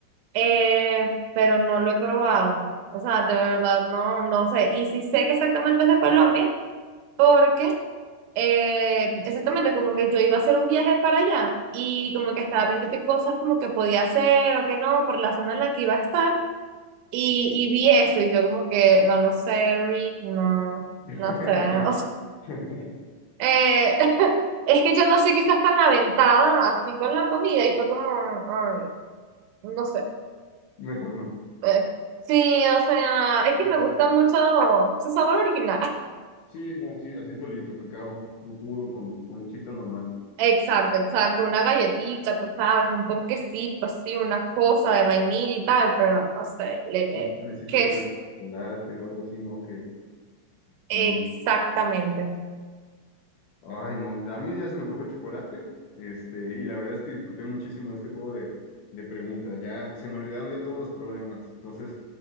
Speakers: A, on the right; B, on the left.
A: eh, pero no lo he probado. O sea, de verdad, no, no sé. Y sí sé que exactamente es de Colombia, porque Eh, exactamente, como que yo iba a hacer un viaje para allá y como que estaba viendo qué cosas como que podía hacer o qué no por la zona en la que iba a estar y, y vi eso y yo como que no lo sé, Rick, no,
B: <laughs>
A: no sé.
B: Pero
A: O sea,
B: <laughs>
A: eh, <laughs> es que yo no soy quizás tan aventada así con la comida y fue como, ay, no sé.
B: mejor
A: eh, sí, o sea, es que me
B: no.
A: gusta mucho su sabor original.
B: Sí, no, así, así solito, cacao, lo puro, con, con lechita normal.
A: Exacto, exacto, una galletita, tú sabes, un ponquecito así, una cosa de vainilla y tal, pero no sé, le-
B: Y un
A: eh,
B: necesito
A: ¿qué
B: cubierto
A: es
B: de chocolate o algo así, ¿no? Que,
A: exactamente?
B: y, ay, no, a mí ya se me antojó el chocolate, este, y la verdad es que disfruté muchísimo este juego de, de preguntas. Ya se me olvidaron ya todos los problemas. Entonces,